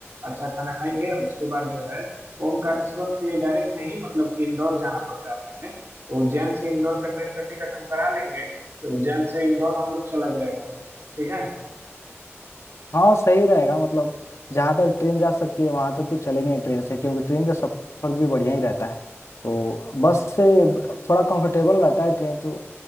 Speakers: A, on the right; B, on the left.
A: अच्छा खाना खाएंगे उसके बाद जो है ओमकारेश्वर के लिए डायरेक्ट नहीं मतलब इंदौर जाना पड़ता है पहले तो उज्जैन से इंदौर का ट्रेन का टिकट हम करा लेंगे तो उज्जैन से इंदौर हम लोग चला जाएगा ठीक है
B: हाँ सही रहेगा मतलब जहां तक ट्रेन जा सकती है वहां तक तो चलेंगे ही ट्रेन से क्योंकि ट्रेन का सफर भी बढ़िया ही रहता है तो बस से ब- थोड़ा कंफर्टेबल रहता है ट्रेन तो